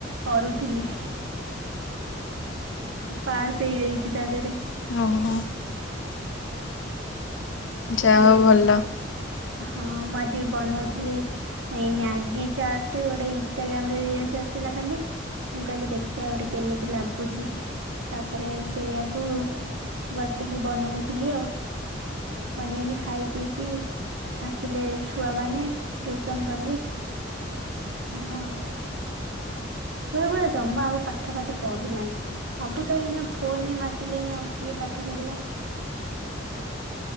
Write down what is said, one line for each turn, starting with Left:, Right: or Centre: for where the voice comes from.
Right: କରୁଥିଲି। ପାସ୍ ହେଇଯାଇଚି ତା ଦେହରେ।
Left: ହଁ ହ। ଯା
Right: ଏଇ
Left: ହଉ ଭଲ।
Right: ହଁ ମୁଁ ଆଜି ବି ବନଉଥିଲି ଏଇ ମ୍ୟାଗି ଚାଟ ଗୋଟେ ଇନଷ୍ଟାଗ୍ରାମରେ ରିଲସ୍ ଆସିଲା କାଲି ମୁଁ କହିଲି ଦେଖିବା ଗୋଟେ କେମିତି ଲାଗୁଚି ତାପରେ ସେଇୟାକୁ ବସିକି ବନଉଥିଲି ଆଉ। ବନେଇକି ଖାଇ ପିଇକି ଆସିଲେ ଛୁଆମାନେ ଟ୍ୟୁସନ୍ କଲି ଏଇଆ ଆଉ। ଛୁଆଗୁଡ଼ା ଜମା ଆଉ ପାଠ ପାଠ ପଢୁନାହାନ୍ତି ସବୁ ତ ଏଇନା ଫୋନରେ ମାତିଲେେଣି ଆଉ କିଏ ପାଠ ପଢିବ